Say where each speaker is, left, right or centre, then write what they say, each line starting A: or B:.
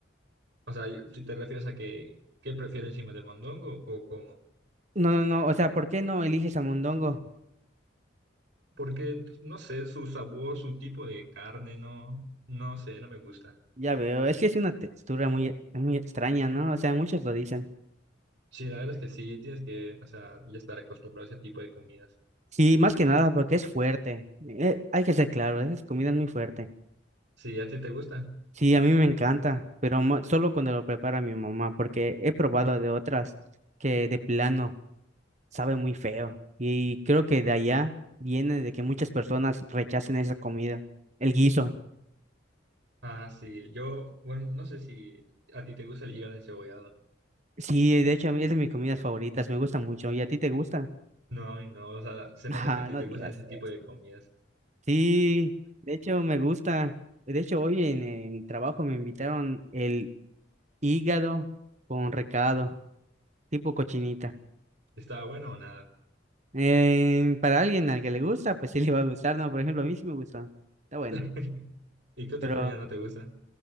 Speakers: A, on the right; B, on the right.
A: O sea, si te refieres a que, ¿qué prefiero encima del mondongo o cómo?
B: No, no, no, o sea, ¿por qué no eliges al mondongo?
A: Porque, no sé, su sabor, su tipo de carne, no, no sé, no me gusta.
B: Ya veo, es que es una textura muy, muy extraña, ¿no? O sea, muchos lo dicen.
A: Sí, la verdad es que sí, tienes que, o sea, ya estar acostumbrado a ese tipo de comidas.
B: Sí, más que nada porque es fuerte. Eh, hay que ser claro, esa comida es muy fuerte.
A: Sí, ¿a ti te gusta?
B: Sí, a mí me encanta, pero mo- solo cuando lo prepara mi mamá, porque he probado de otras que de plano. sabe muy feo. Y creo que de allá viene de que muchas personas rechacen esa comida, el guiso.
A: Ah, sí, yo, bueno, no sé si a ti te gusta el hígado encebollado.
B: Sí, de hecho, a mí es de mis comidas favoritas, me gusta mucho. ¿Y a ti te gusta? <laughs>
A: No, y no, o sea, se nota
B: Ah,
A: que a ti
B: no
A: te
B: digas
A: gustan ese
B: eso.
A: tipo de comidas.
B: Sí, de hecho, me gusta. De hecho, hoy en el trabajo me invitaron el hígado con recado, tipo cochinita.
A: ¿Está bueno o nada?
B: Eh, para alguien al que le gusta, pues sí le va a gustar, ¿no? Por ejemplo, a mí sí me gusta. Está bueno.
A: <laughs> ¿Y qué otra
B: Pero
A: comida no te gusta?